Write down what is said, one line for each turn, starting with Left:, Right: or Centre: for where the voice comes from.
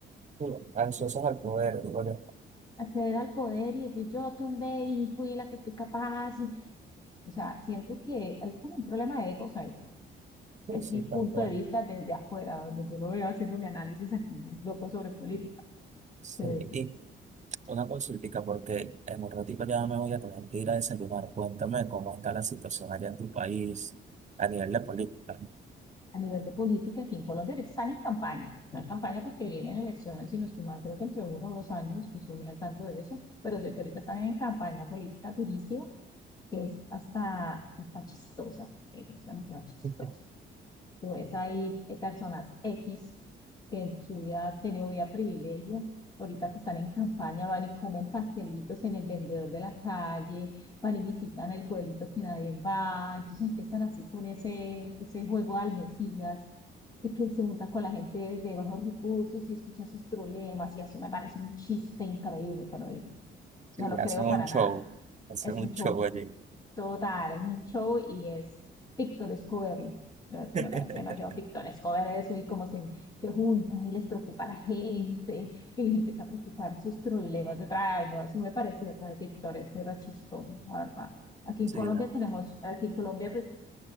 Right: digo, ansiosos al poder, digo yo.
Left: acceder al poder y decir yo tumbé y fui la que fui capaz y O sea, siento que es como un problema de egos ahí.
Right: Sí,
Left: Es
Right: sí,
Left: mi
Right: tal
Left: punto
Right: cual.
Left: de vista desde afuera, donde yo lo veo haciendo mi análisis aquí, loco sobre política.
Right: Sí,
Left: Pero pues,
Right: y una consultica, porque en un ratito ya me voy a tener que ir a desayunar. Cuéntame cómo está la situación allá en tu país a nivel de política.
Left: a nivel de política, aquí en Colombia están en campaña. Están en campaña porque vienen elecciones y nos mal, creo que entre uno o dos años, pues estoy muy al tanto de eso. Pero sé que ahorita están en campaña política durísima, que es hasta, hasta chistosa. eh, Es demasiado chistosa
Right: <laughs>
Left: Tú ves ahí eh, personas X que en su vida han tenido vida privilegio, ahorita que están en campaña, van y comen pastelitos en el vendedor de la calle, van y visitan el pueblito que nadie va, entonces empiezan así con ese, ese juego al Mesías, de que se junta con la gente de bajos recursos y escucha sus problemas, y eso me parece un chiste increíble, te lo digo.
Right: Sí,
Left: No lo
Right: hacen
Left: creo para
Right: un show,
Left: nada.
Right: hacen
Left: Es un
Right: un
Left: show
Right: show allí.
Left: Total, es un show y es pictoresco verlo. ¿no? Esto
Right: <laughs>
Left: me parece demasiado pictoresco ver eso y cómo se, se juntan y les preocupa a la gente y les empieza a preocupar sus problemas de ay, no, eso me parece re pictoresco y re chistoso, la verdad. Aquí
Right: Sí,
Left: en Colombia
Right: claro,
Left: tenemos, aquí en Colombia pues